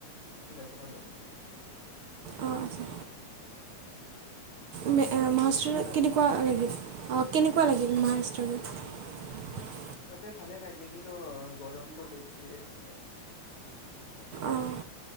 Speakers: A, on the left; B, on the right.
A: গৰ লগত।
B: অ আতচ্ছা। মে এ মহাৰাষ্ট্ৰত
A: বয়স্ত্ৰী বাৰু
B: কেনেকুৱা লাগে? অ কেনেকুৱা লাগিল মহাৰাষ্ট্ৰ গৈ?
A: তাতে ভালে লাগে কিন্তু গৰমটো বেছি আছিলে।
B: অঁ